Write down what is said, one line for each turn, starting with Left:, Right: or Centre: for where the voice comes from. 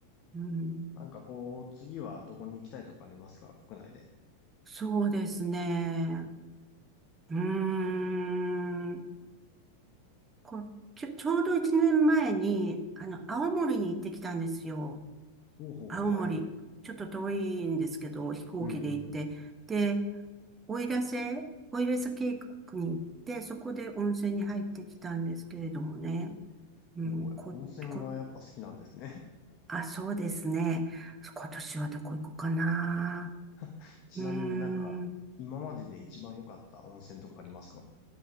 Right: うん、
Left: なんかこう、次はどこに行きたいとかありますか国内で。
Right: そうですね。うーん。こう、ちょ、ちょうど一年前に、あの、青森に行ってきたんですよ。
Left: ほうほうほう、
Right: 青森。
Left: はい。
Right: ちょっと遠いんですけど、飛行機で行って。
Left: うんうんうん。
Right: で、奥入瀬、奥入瀬渓谷に行って、そこで温泉に入ってきたんですけれどもね。うん、
Left: おー温泉がやっぱ好きなんですね。
Right: こ、こ、あ、そうですね。今年はどこ行こうかな。
Left: <laughs> ちなみになんか、
Right: うーん。
Left: 今までで一番良かった温泉とかありますか